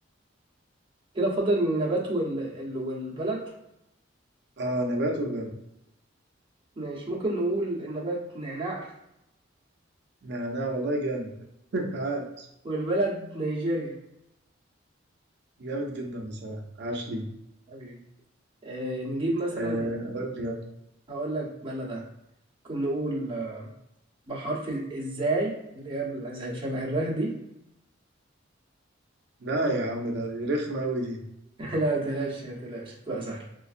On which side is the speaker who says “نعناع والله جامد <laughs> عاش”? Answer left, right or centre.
Right